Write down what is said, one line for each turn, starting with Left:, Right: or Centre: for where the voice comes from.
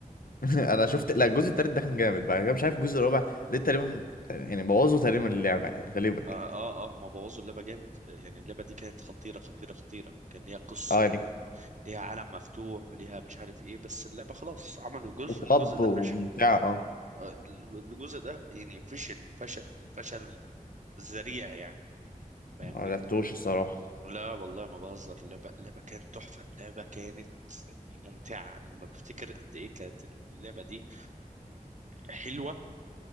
Left: <laughs> انا شفت لا الجزء التالت ده كان جامد بعد كده مش عارف الجزء الرابع ليه تقريبا يعني بوظوا تقريبا اللعبة يعني غالبا
Right: اه
Left: يعني
Right: اه آه، هما بوظوا اللعبة جامد آه، يعني اللعبة دي كانت خطيرة خطيرة خطيرة كان ليها قصة
Left: اه
Right: وليها
Left: يعني
Right: عالم مفتوح وليها مش عارف ايه بس اللعبة خلاص عملوا جزء الجزء
Left: طب
Right: ده
Left: وممتعة
Right: فشل
Left: اه
Right: آه، الجزء ده يعني فشل فشل فشل ذريع يعني فاهمني
Left: ما لعبتوش
Right: ف
Left: الصراحة
Right: لا والله ما بهزر اللعبة اللعبة كانت تحفة اللعبة كانت ممتعة أنا لما بفتكر قد إيه كانت اللعبة دي حلوة